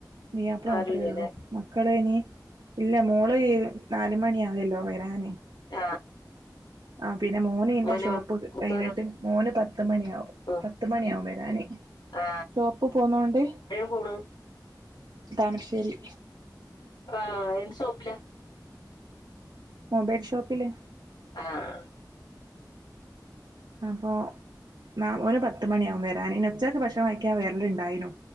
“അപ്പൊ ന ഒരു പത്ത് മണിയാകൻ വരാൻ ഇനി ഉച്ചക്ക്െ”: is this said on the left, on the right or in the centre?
Right